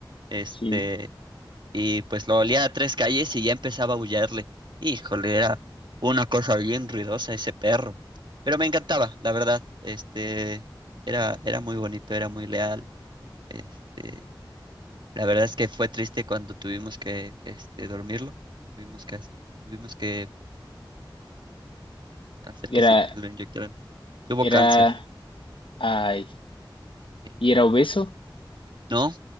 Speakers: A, on the right; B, on the left.
A: Este,
B: sí.
A: y pues lo olía a tres calles y ya empezaba a aullarle. Híjole, era una cosa bien ruidosa ese perro. Pero me encantaba, la verdad. Este, era, era muy bonito, era muy leal. Este, la verdad es que fue triste cuando tuvimos que, este, dormirlo. Tuvimos que, hace- tuvimos que hacer que,
B: Era,
A: se, que lo inyectaran. Tuvo
B: era,
A: cáncer.
B: ay,
A: Eh,
B: y era obeso.
A: No,